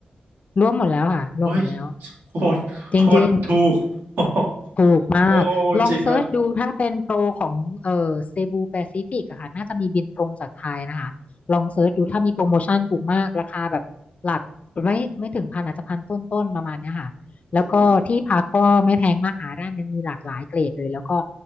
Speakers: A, on the left; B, on the right.
A: รวมหมดแล้วค่ะรวมหมดแล้ว
B: เฮ้ยโคตรโคตรถูก
A: จริง
B: <laughs> โอ้โห
A: ถูกมากลองเซิร์ชดูถ้าเป็นโปรของเอ่อเซบูแปซิฟิกอะค่ะน่าจะมีบินตรงจากไทยนะคะลองเซิร์ชดูถ้ามีโปรโมชั่นถูกมากราคาแบบหลักไม่ไม่ถึงพันอาจจะพันต้นๆประมาณเนี้ยค่ะแล้วก็ที่พักก็ไม่แพงมากหาได้มันมีหลากหลายเกรดเลยแล้วก็
B: โอ้จริงครับโอ้โห